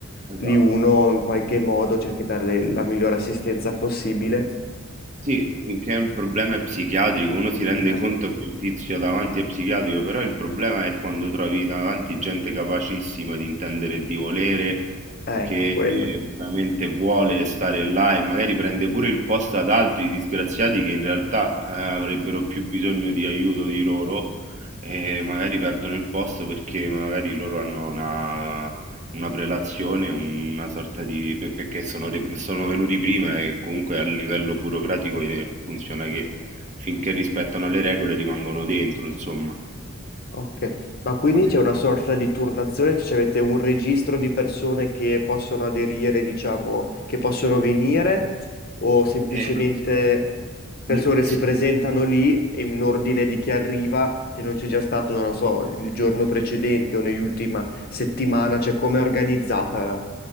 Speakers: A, on the right; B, on the left.
A: esatto.
B: Lì uno in qualche modo cerca di darle la migliore assistenza possibile.
A: Sì, finché il problema è psichiatrico, uno si rende
B: Eh,
A: conto che il tizio davanti è psichiatrico, però il problema è quando trovi davanti gente capacissima di intendere e di volere,
B: ecco
A: che
B: quello.
A: veramente vuole stare là e magari prende pure il posto ad altri disgraziati che in realtà eh, avrebbero più bisogno di aiuto di loro e magari perdono il posto perché magari loro hanno una una prelazione, una sorta di... per- perché sono, re- sono venuti prima e comunque a livello burocratico eh, funziona che finché rispettano le regole rimangono dentro, insomma.
B: Ok, ma quindi
A: Cose-
B: c'è una sorta di turnazione, cioè avete un registro di persone che possono aderire, diciamo, che possono venire, o semplicemente
A: Eh,
B: persone
A: n-
B: si
A: sì.
B: presentano lì e in ordine di chi arriva, se non c'è già stato, non lo so, il giorno precedente o nell'ultima settimana, cioè come è organizzata